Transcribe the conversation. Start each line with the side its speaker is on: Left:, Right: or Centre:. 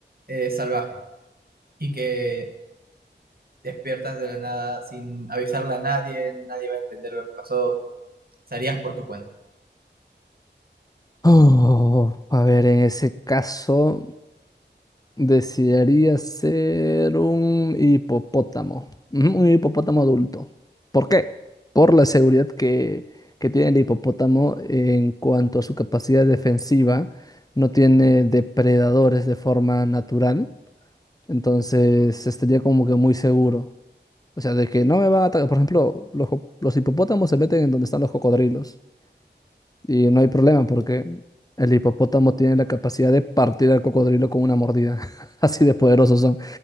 Right: es salvaje y que despiertas de la nada sin avisarle a nadie, nadie va a entender lo que pasó, salías por tu cuenta.
Left: Oh, a ver, en ese caso desearía ser un hipopótamo, Ujú, un hipopótamo adulto. ¿Por qué? Por la seguridad que, que tiene el hipopótamo en cuanto a su capacidad defensiva. No tiene depredadores de forma natural. Entonces estaría como que muy seguro. O sea, de que no me va a atacar. Por ejemplo, los, jo- los hipopótamos se meten en donde están los cocodrilos. Y no hay problema porque el hipopótamo tiene la capacidad de partir al cocodrilo con una mordida. <laughs> Así de poderosos son.